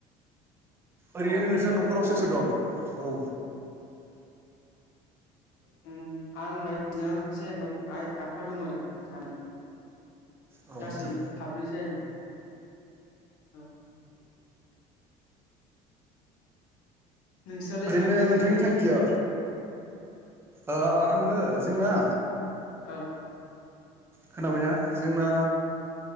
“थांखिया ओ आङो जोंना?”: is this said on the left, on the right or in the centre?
Right